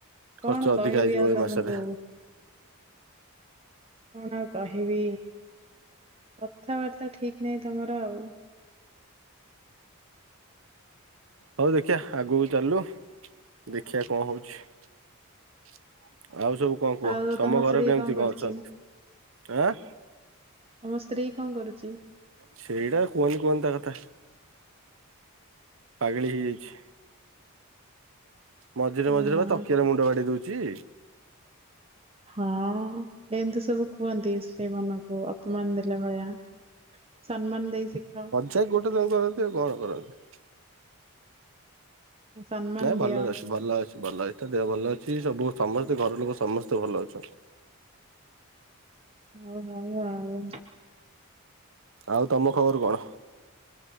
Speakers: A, on the right (about 25°); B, on the right (about 60°).
A: କଣ
B: ଖର୍ଚ୍ଚ ଅଧିକା
A: କହିବି
B: ହେଇଯିବ
A: ଆଉ
B: ଏ
A: ତମକୁ।
B: ମାସରେ
A: କଣ ଆଉ କହିବି କଥାବାର୍ତା ଠିକ ନାଇଁ ତମର ଆଉ।
B: ହଉ ଦେଖିଆ ଆଗକୁ ଚାଲୁ। ଦେଖିଆ କଁ ହଉଛି। ଆଉ ସବୁ କଣ କୁହ
A: ଆଉ
B: ତମ ଘର
A: ସ୍ତ୍ରୀ
B: କେମିତି
A: କରୁଛି
B: କଣ ଅଛନ୍ତି, ଆଁ?
A: ତମ ସ୍ତ୍ରୀ କଣ କରୁଚି?
B: ସେଇଡ଼ା କୁହନି କୁହନି ତା କଥା ପାଗିଳି ହେଇଯାଇଚି। ମଝିରେ ମଝିରେ
A: ଓହୋ
B: ବା ତକିଆରେ ମୁଣ୍ଡ ବାଡେଇ ଦଉଚି।
A: ହଁ ଏମିତି ସବୁ କୁହନ୍ତି ସ୍ତ୍ରୀ ମାନଙ୍କୁ ଅପମାନ ଦେଲା ଭଳିଆ। ସମ୍ମାନ ଦେଇ ଶିଖ।
B: ସେଇ ଗୋଟେ <unintelligible> ଆଉ କଣ କରନ୍ତି।
A: ସମ୍ମାନ
B: ନାଇଁ ଭଲରେ
A: ଦିଅ
B: ଅଛି ଭଲ ଅଛି ଭଲ ଅଛି ତା ଦେହ ଭଲ ଅଛି ସବୁ ସମସ୍ତେ ଘର ଲୋକ ସମସ୍ତେ ଭଲ ଅଛନ୍ତି।
A: ହଁ ହୋଉ ଆଉ।
B: ଆଉ ତମ ଖବର କଣ?